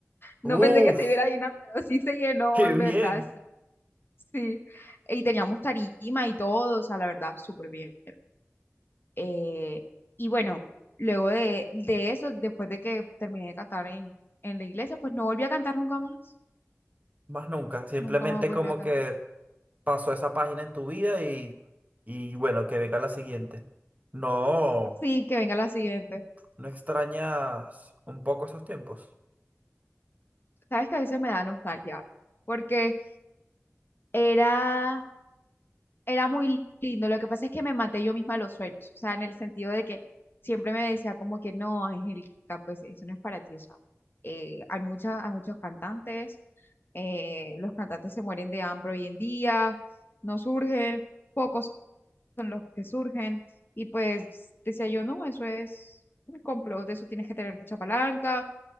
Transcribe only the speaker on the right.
Uf.
Qué
bien,
más nunca. Simplemente
como
que pasó esa página en tu vida y, y bueno, que venga la siguiente. No,
¿no extrañas un poco esos tiempos?